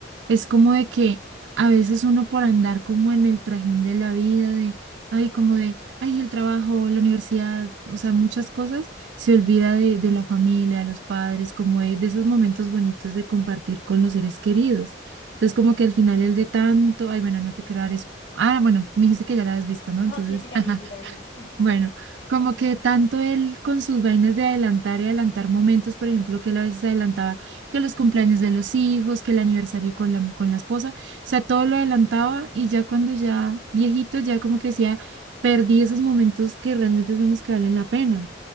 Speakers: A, on the right; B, on the left.
A: es como de que a veces uno por andar como en el trajín de la vida, de, ay, como de, ay, el trabajo, la universidad, o sea, muchas cosas, se olvida de, de la familia, de los padres, como de, de esos momentos bonitos de compartir con los seres queridos. Entonces, como que al final el de tanto, ay, bueno, no te quiero dar... sp- Ah, bueno, me dijiste que ya la has visto, ¿no? Entonces...
B: No, sí, sí
A: <laughs>
B: la vi, sí la vi. <laughs>
A: Bueno, como que tanto él con sus vainas de adelantar y adelantar momentos, por ejemplo, que él a veces adelantaba que los cumpleaños de los hijos, que el aniversario con la, con la esposa, o sea, todo lo adelantaba y ya cuando ya viejito, ya como que decía, perdí esos momentos que realmente son los que valen la pena.